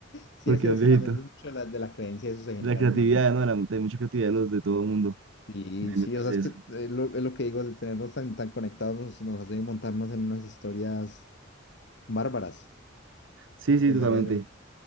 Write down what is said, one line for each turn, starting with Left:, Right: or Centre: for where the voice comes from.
Left: Sí,
Right: porque
Left: es que,
Right: era
Left: es
Right: un viejito.
Left: que también es mucho de la, de la creencia, eso se genera
Right: De la creatividad,
Left: en un momento.
Right: ¿no? De la, hay mucha creatividad de los de todo el mundo,
Left: Y
Right: de inventarse
Left: sí, o sea, es
Right: eso.
Left: que eh, lo- es lo, que digo, el tenernos tan, tan conectados nos, nos hace montarnos en unas historias bárbaras.
Right: Sí, sí,
Left: pensaría
Right: totalmente.
Left: yo.